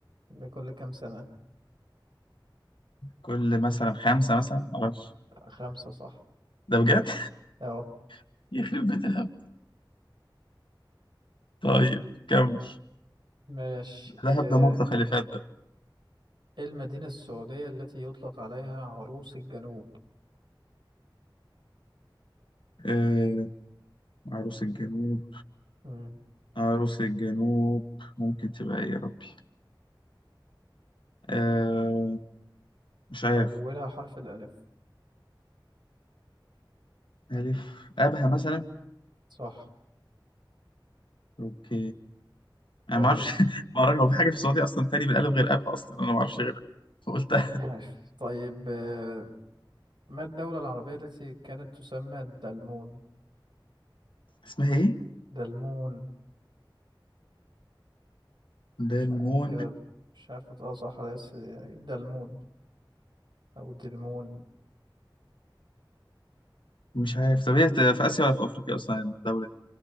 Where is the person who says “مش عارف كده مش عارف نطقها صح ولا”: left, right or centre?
Right